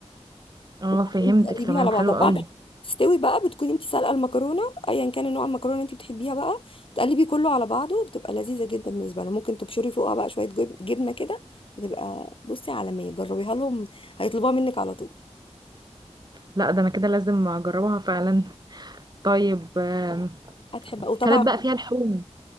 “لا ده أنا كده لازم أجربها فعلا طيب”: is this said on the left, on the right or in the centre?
Right